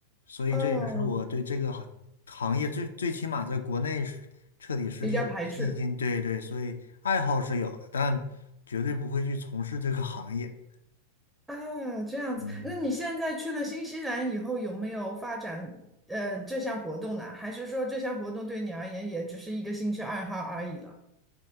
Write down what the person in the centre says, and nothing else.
哦，比较排斥
啊，这样子。
那你现在去了新西兰以后，有没有发展呃这项活动呢？还是说这项活动对你而言也只是一个兴趣爱好而已了？